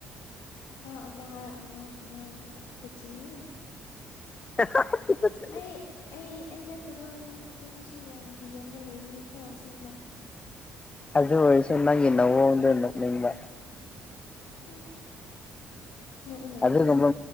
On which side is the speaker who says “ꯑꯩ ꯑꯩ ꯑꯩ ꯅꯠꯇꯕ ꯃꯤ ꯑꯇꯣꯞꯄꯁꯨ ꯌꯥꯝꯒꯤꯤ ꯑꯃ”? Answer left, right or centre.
Left